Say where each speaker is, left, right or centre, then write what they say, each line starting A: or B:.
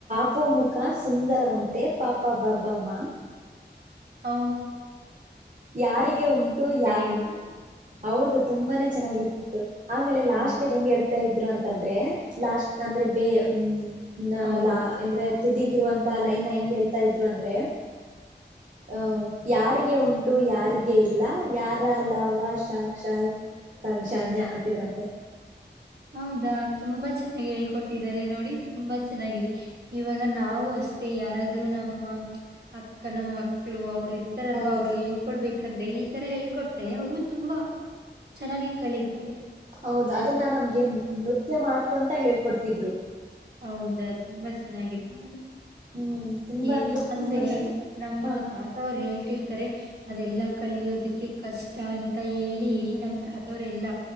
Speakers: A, on the right (about 45°); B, on the right (about 60°).
A: ಪಾಪು ಮುಖ ಸುಂದರವಂತೆ ಪಪ ಬಬ ಮ.
B: ಹೌ
A: ಯಾರಿಗೆ ಉಂಟು ಯಾ
B: ಹೇಳ್ಕೊಟ್ರು
A: ಹೌದು ತುಂಬಾನೇ ಚೆನ್ನಾಗಿರ್ತಿತ್ತು. ಆಮೇಲೆ ಲಾಸ್ಟ್
B: ಹಾ
A: ನೆದು ಎಂಗೆ ಅಂತ್ ತ ಇದ್ರು ಅಂತಂದ್ರೆ ಲಾಸ್ಟ್ ಅಂದ್ರೆ ಬೇ ಹ್ಮ. ನಲ್ಲಾ
B: ಹೌದು
A: ಅಂದ್ರೆ ತುದೀಗಿರುವಂತಹ ಲೈನ್ ಹೆಂಗೆೇಳ್ ತ ಇದ್ರು ಅಂದ್ರೆ ಹ ಯಾರಿಗೆ ಉಂಟು ಟು ಯಾರಿಗೆ ಇಲ್ಲ ಯಾರಲವಶಕ್ಷಾ ಸಕ್ಷ್ರಜ್ಞ ಅಂತಿದ್ರಂತೆ.
B: ಹೌದಾ ತುಂಬಾ ಚೆನ್ನಾಗಿ ಹೇಳ್ಕೊಟ್ಟಿದ್ದಾರೆ ನೋಡಿ ತುಂಬಾ ಚೆನ್ನಾಗಿದೆ ಇವಾಗ ನಾವು ಅಷ್ಟೇ ಯಾರಾದ್ರೂ ನಮ್ಮ ಅಕ್ಕ ನಮ್ಮ ಮಕ್ಳು ಅವ್ರ ಇದ್ ಇರ್ತಾರಲ್ವಾ
A: ಹೌದು
B: ಅವ್ರಿಗೆ ಹೇಳ್ಕೊಡ್ಬೇಕಂದ್ರೆ ಇ ತರ ಹೇಳ್ಕೊಟ್ರೆ ಅವ್ರು ತುಂಬಾ. ಚೆನ್ನಾಗಿ ಕಳೆಯಿತಾರೆ.
A: ಹೌದು ಅದನ್ನ ನಮ್ಗೆ ನೃತ್ಯ ಮಾಡ್ಕೊಂತ ಹೇಳ್ಕೊಡ್ತಿದ್ರು.
B: ಹೌದಾ ತುಂಬಾ ಚೆನ್ನಾಗಿದೆ ನೋ
A: ಹ್ಮ್ ತುಂಬಾ
B: ಏ ಅಂದ್ರೆ
A: ತುಂಬಾ ಚೆನ್ನಾಗಿ
B: ನಮ್ಮ
A: ಹ
B: ತಾತ ಅವ್ರು ಹೇಳ್ತಿರ್ತಾರೆ. ಅದೆಲ್ಲ ಕಲಿಯೋದಕ್ಕೆ ಕಷ್ಟ ಅಂತ ಹೇಳಿ ನಮ್ಮ ತಾತವರೆಲ್ಲ.